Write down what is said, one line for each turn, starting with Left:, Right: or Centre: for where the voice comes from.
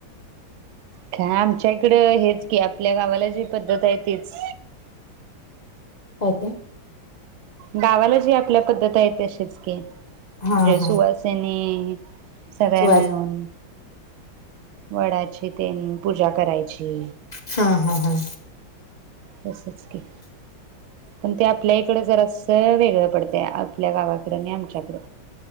Right: हा आमच्या इकडं हेच की आ आपल्या गावाला जी पद्धत आहे तीच.
Left: काय ते
Right: गावाला जी आपल्या पद्धत आहे तशीच की म्हणजे
Left: हा हा
Right: सुवासिनी एक सगळे
Left: सुवास
Right: मिळून वडाची तेन पूजा करायची.
Left: हा हा हा
Right: तसंच की पण ते आपल्या इकडं जरा, असं वेगळं पडतय आपल्या गावाकड आणि आमच्याकडं